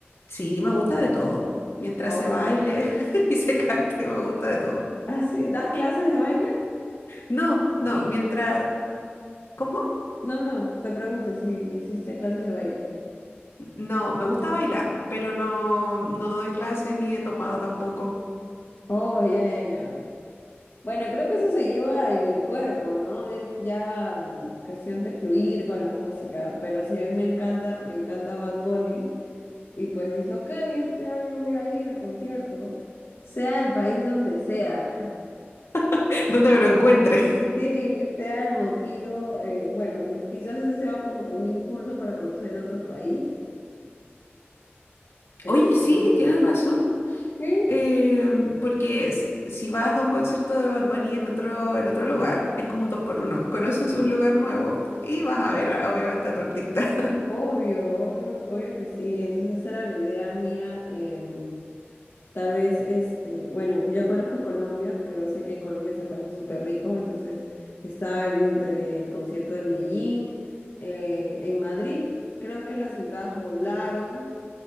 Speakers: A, on the left; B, on the left.
A: Sí, me gusta de todo. Mientras
B: Ay,
A: se baile <laughs> y se cante, me gusta de todo.
B: Ah, sí, ¿das clases de baile?
A: No, no,
B: Y
A: mientras... ¿Cómo?
B: no, no, te pregunto si hiciste clases de baile.
A: No, me gusta bailar, pero no, no doy clases ni he tomado tampoco.
B: Oh, ya, ya, ya. Bueno, creo que eso se lleva en el cuerpo, ¿no? Es ya mm, cuestión de fluir con la música, pero sí, a mí me encanta, me encanta Bad Bunny y pues dije, ok, este año voy a ir al concierto, sea el país donde sea,
A: <laughs> ¿Dónde me lo encuentre.
B: <laughs> sí, sea el motivo, eh, bueno, y quizás ese sea como que un impulso para conocer otro país, entonces,
A: Oye, sí, tienes razón.
B: sí,
A: Em, porque s- si vas a un concierto de Bad Bunny en otro, en otro lugar, es como un dos por uno. Conoces un lugar nuevo y vas a ver, obviamente, a tu artista. <laughs>
B: obvio, obvio, obvio que sí, entonces esa era la idea mía, Eh, Tal vez, este, bueno, ya conozco Colombia, pero sé que en Colombia se pasa súper rico, entonces está entre el concierto de Medellín, eh, en Madrid creo que las entradas volaron,